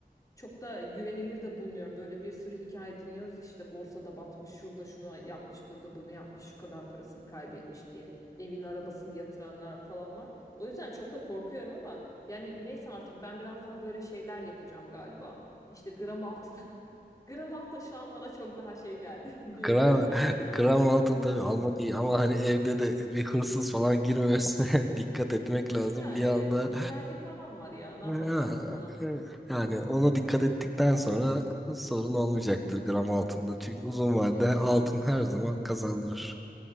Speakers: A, on the left; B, in the centre.
A: Çok da güvenilir de bulmuyorum. Böyle bir sürü hikaye dinliyoruz işte borsada batmış, şurada şunu yapmış, burada bunu yapmış, şu kadar parasını kaybetmiş diye evin arabasını yatıranlar falan var. O yüzden çok da korkuyorum ama yani neyse artık ben biraz daha böyle şeyler yapacağım galiba. İşte gram altın. <laughs> Gram altın şu an bana çok daha şey geldi. <laughs> Güvenilir
B: Gram,
A: geldi.
B: <laughs> gram altın tabii almak iyi ama hani evde de bir hırsız falan girmemesine <laughs> dikkat etmek lazım.
A: Ha
B: Bir
A: evet,
B: anda
A: güvenlik falan var ya. Ne
B: Ha,
A: yapalım artık ona?
B: e, Yani ona dikkat ettikten sonra sorun olmayacaktır gram altında. Çünkü uzun vadede
A: Evet.
B: altın her zaman kazandırır.